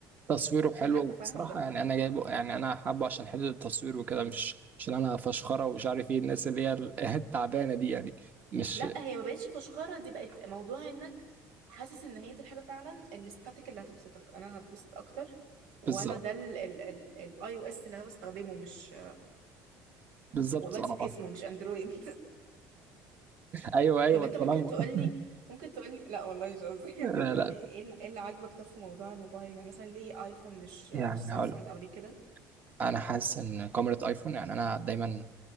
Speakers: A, on the right; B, on the right.
A: تصويره حلو
B: قادرة اتفهم
A: وبصراحة
B: ده
A: يعني أنا جايبه يعني أنا حابه عشان حتة التصوير وكده مش عشان أنا فشخرة ومش عارف إيه الناس اللي هي ال- <laughs> التعبانة دي يعني مش
B: لا هي ما بقتش فشخرة دي بقت موضوع انك حاسس ان هي دي الحاجة فعلا الاستاتيك اللي هتبسطك انا هتبسط اكتر وانا
A: بالظبط
B: ده الاي او اس اللي انا بستخدمه مش
A: بالظبط
B: والله نسيت
A: أه
B: اسمه مش اندرويد
A: أيوه
B: <laughs>
A: أيوه
B: طب انت
A: التنمر
B: ممكن تقولي
A: <laughs>
B: ممكن تقولي لا والله مش قصدي <laughs>
A: لا
B: ممكن تقولي
A: لا
B: ايه اللي, إيه اللي عاجبك طب في موضوع الموبايل يعني مثلا ليه ايفون مش مش
A: يعني
B: سامسونج
A: هقول لك.
B: او ليه كده
A: أنا حاسس إن كاميرا أيفون يعني أنا دايما